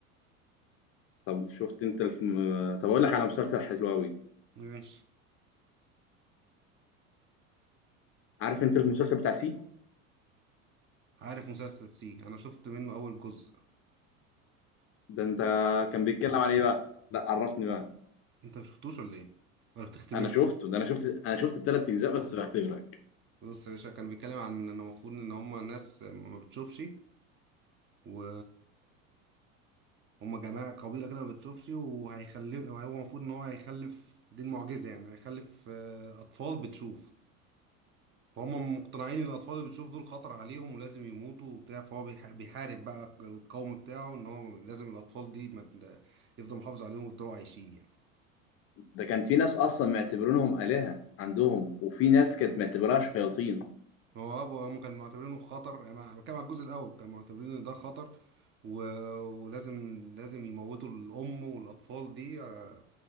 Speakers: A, on the left (about 35°); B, on the right (about 30°).
A: طب شفت انت الفيلم طب اقول لك على مسلسل حلو قوي
B: ماشي
A: عارف انت المسلسل بتاع سي
B: عارف مسلسل سي انا شفت منه اول جزء
A: ده انت كان بيتكلم عن ايه بقى لا عرفني بقى
B: انت ما شفتوش ولا ايه ولا بتختبرني
A: انا شفته ده انا شفت انا شفت الثلاث اجزاء بس بختبرك
B: بص يا باشا كان بيتكلم عن ان المفروض ان هم ناس ما بتشوفش و هم جماعة قبيلة كده ما بتشوفش وهيخلف وهو المفروض ان هو هيخلف دي المعجزة يعني هيخلف آه، اطفال بتشوف فهم مقتنعين ان الاطفال اللي بتشوف دول خطر عليهم ولازم يموتوا وبتاع فهو بيح- بيحارب بقى القوم بتاعه ان هو لازم الاطفال دي ما ت- يفضل محافظ عليهم ويفضلوا عايشين يعني
A: ده كان في ناس اصلا معتبرينهم آلهة عندهم وفي ناس كانت معتبراها شياطين
B: هو ابو هم كانوا معتبرينه خطر يعني انا بتكلم على الجزء الاول كانوا معتبرين ان ده خطر و... ولازم لازم يموتوا الام والاطفال دي آه،